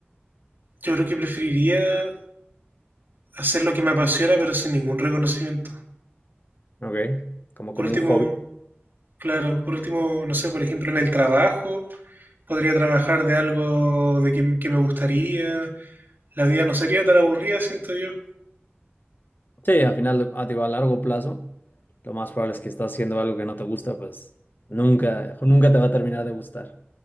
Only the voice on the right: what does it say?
Yo creo que preferiría hacer lo que me apasiona, pero sin ningún reconocimiento.
Por
último,
claro, por último, no sé, por ejemplo, en el trabajo, podría trabajar de algo de que, que me gustaría. La vida no sería tan aburrida, siento yo.